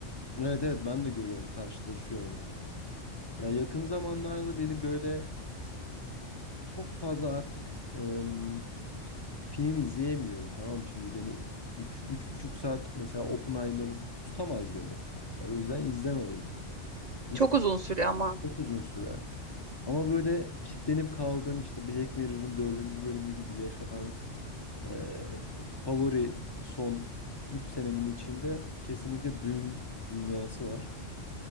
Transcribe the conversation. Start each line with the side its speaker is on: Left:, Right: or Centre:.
Left: Evet evet ben de görüyorum karşılaşıyorum. Ya yakın zamanlarda beni böyle çok fazla artık em, film izleyemiyorum tamam mı? Şimdi beni üç, üç buçuk saat mesela Oppenheimer tutamaz beni. O yüzden izlemedim. Üç
Right: Çok uzun sürüyor ama.
Left: Çok uzun süre. Ama böyle kitlenip kaldığım işte Black Mirror'ın dördüncü bölümü gibi yaşatan e, favori son 3 senemin içinde kesinlikle Dün dünyası var.